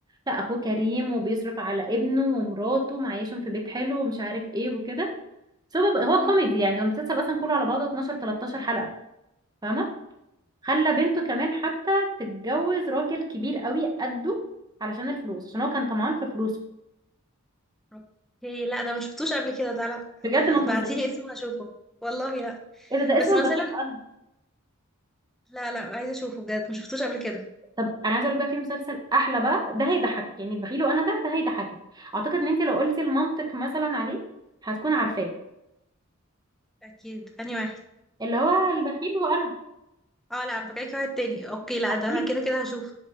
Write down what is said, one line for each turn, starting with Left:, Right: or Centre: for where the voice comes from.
Right: لا اخوه كريم
Centre: اوكي
Right: وبيصرف على ابنه ومراته معيشهم في بيت حلو ومش عارف ايه وكده بس هو بقى- هو
Centre: مم.
Right: كوميدي يعني هو المسلسل اصلا كله على بعضه 12 13 حلقه فاهمه خلى بنته كمان حتى تتجوز راجل كبير قوي قده علشان الفلوس عشان هو كان طمعان في فلوسه
Centre: اوكي لا ده ما شفتوش قبل كده ده لا
Right: بجد ما
Centre: بعتيلي
Right: تهزريش
Centre: اسمه هشوفه والله لا
Right: ايه ده ده اسمه
Centre: بس مثلا
Right: البخيل وانا
Centre: لا لا عايزة اشوفه بجد ما شفتوش قبل كده
Right: طب انا عايزه اقول بقى في مسلسل احلى بقى ده هيضحكك يعني البخيل وانا ده ده هيضحكك اعتقد ان انت لو قلتي المنطق مثلا عليه هتكون عارفاه
Centre: اكيد اني واحد
Right: اللي هو البخيل وانا
Centre: اه لا انا فاكراكي واحد تاني اوكي لا ده
Right: في
Centre: كده كده هشوف